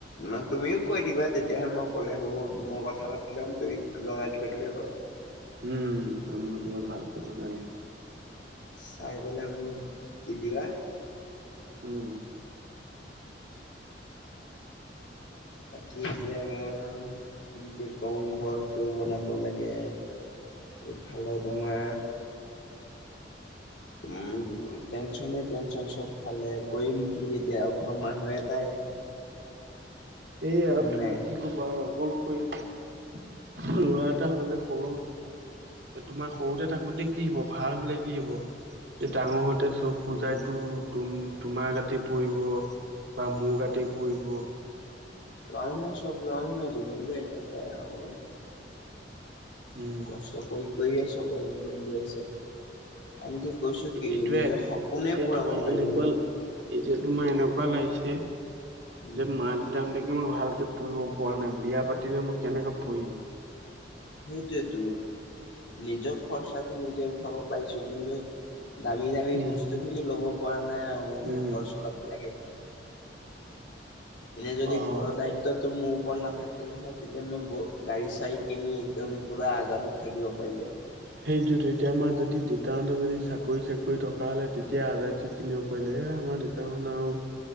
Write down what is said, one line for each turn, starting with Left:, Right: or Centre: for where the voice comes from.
Left: নহ তুমিও কৈ দিবা তেতিয়াহে মই ক'লে হ'ব, মই কথা পাতি ল'ম, তুমি জনাই থৈ দিলেই হ'ল।
Right: উম, মই তোমাক ভালকে জনাই দিম।
Left: চাই পেলাই মোক দি দিবা।
Right: উম,
Left: বাকী এতিয়া আমাৰ ই যে কওঁ ঘৰটো বনাব লাগে ইফালে তোমাৰ উম, টেনচনে টেনচন চবফালে কৰিম কি এতিয়া ঘৰৰ মানুহ এটাই
Right: এই আৰু
Left: হয়
Right: তুমি
Left: নাই
Right: কি কবা আৰু অকলশৰীয়া, ল'ৰা এটা হলে সৰু তোমাৰ সৰুতে থাকোতে কি হব ভাল হলে কি হব, যে ডাঙৰ হঁওতে চব বুজাইতো
Left: উম
Right: তুম তোমাৰ গাতেই পৰিব বা মোৰ গাতে পৰিব।
Left: ল'ৰা মানুহে চব ল'ৰা মানুহৰ জীৱনতো এনেকুৱাই আৰু
Right: উম
Left: কষ্ট কৰি কৰিয়ে চবৰে জীৱন গৈ আছে আনকি কৈছো কি
Right: এইটোৱে
Left: নিজৰ সপোনে
Right: এতিয়া
Left: পুৰাব
Right: তোমাৰ
Left: নোৱাৰিলো
Right: এনেকুৱা
Left: মই
Right: এতিয়া তোমাৰ এনেকুৱা লাগিছে
Left: উম
Right: যে মা তেহঁতকে মই ভালকে পুহিব পৰা নাই, বিয়া পাতিলে মই কেনেকৈ পুহিম?
Left: সেইটোয়েতো নিজৰ খৰচাটো নিজে উঠাব পাৰিছো, কিন্তু দামী দামী
Right: উম
Left: বস্তু খিনি লব পৰা নাই আৰু
Right: উম
Left: ঘৰ চলাব লাগে দেখি এনে যদি
Right: অ'।
Left: ঘৰৰ দায়িত্ব টো মোৰ ওপৰত নাথাকিলে হয়, তেতিয়া মই ব গাড়ী চাড়ী কিনি একদম পূৰা আজাদিত থাকিব পাৰিলোঁ হয়।
Right: সেইটোয়েতো এতিয়া আমাৰ যদি দেউতা হঁতৰ যদি চাকৰি - চাকৰি থকা হ'লে তেতিয়া আজাদি কিনিব পাৰিলো হয় এই আমাৰ দেউ তাহুন আৰু